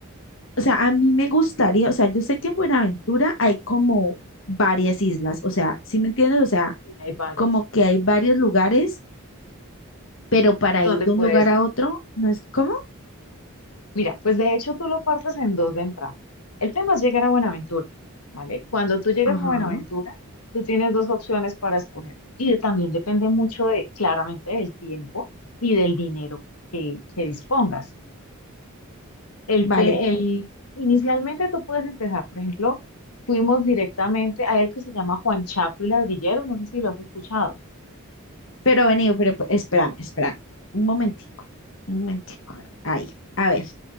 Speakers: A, on the left (about 60°); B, on the left (about 90°).
A: o sea, a mí me gustaría, o sea, yo sé que en Buenaventura hay como varias islas, o sea, ¿sí me entiendes? O sea,
B: sí, hay varias.
A: como que hay varios lugares pero para
B: ¿Dónde
A: ir de
B: puedes
A: un lugar a
B: ir?
A: otro, ¿no es cómo?
B: Mira, pues de hecho tú lo partes en dos de entrada. El tema es llegar a Buenaventura, ¿vale? Cuando tú llegas
A: Ajá,
B: a Buenaventura, tú tienes dos opciones para escoger. Y de- también depende mucho de, claramente, del tiempo y del dinero que, que dispongas. El
A: vale.
B: te- el, inicialmente tú puedes empezar, por ejemplo, fuimos directamente a el que se llama Juan Chaco y Ladrilleros, no sé si lo has escuchado.
A: Pero vení, pero pe- espérame, espérame. Un momentico, un momentico.
B: A ver.
A: Ahí, a ver,